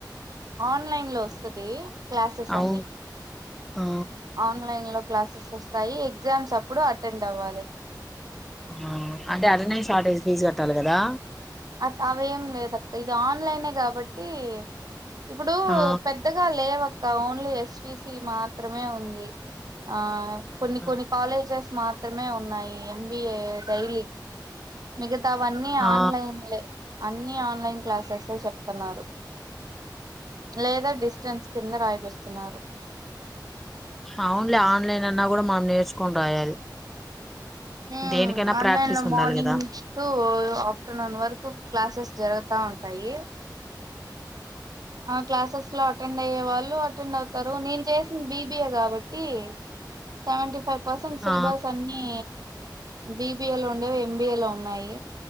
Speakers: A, on the right; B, in the centre.
A: ఆన్లైన్ లో వస్తుంది క్లాసెస్
B: అవును
A: అన్ని
B: ఆ
A: ఆన్ న్లైన్ లో క్లాసెస్ వస్తాయి ఎగ్జామ్స్ అప్పుడు అటెండ్ అవ్వాలి
B: ఆ అంటే అటనే షార్టేజ్ ఫీజ్ కట్టాలి కదా
A: అ అవేం లేదక్క ఇది ఆన్లైనే కాబట్టి ఇప్పుడు
B: ఆ
A: పెద్దగా లేవ్ క ఓన్లీ ఎస్పిసి మాత్రమే ఉంది ఆ
B: అవునా
A: కొన్ని కొన్ని కాలేజెస్ మాత్రమే ఉన్నాయి ఎంబిఏ డైలీ మిగా తవన్నీ
B: ఆ
A: ఆన్లైన్ అన్ని ఆన్లైన్ క్లాసెస్ ఏ చెప్తున్నారు లేదా డిస్టెన్స్ కింద రాయిపిస్తున్నారు
B: అవునులే ఆన్లైన్ అన్నా కూడా మనం నేర్చుకొని రాయాలి
A: ఉమ్
B: దేనికైనా
A: ఆన్లైన్
B: ప్రాక్టీస్
A: లో
B: ఉండాలి
A: మార్నింగ్
B: కదా
A: టు ఆఫ్టర్నూన్ వరకు క్లాసెస్ జరుగుతా ఉం పై <unintelligible> ఆ క్లాసెస్ లో అండ్ అయ్యే వాళ్ళు అటెండ్ అవుతారు నేను చేసింది బిబిఏ కాబట్టి సవటి ఫైవ్ పర్సెంట్ సిలబస్
B: ఆ
A: అన్నిీ బిబిఏ లో ఉండేవి ఎంబీఏ లో ఉన్నాయి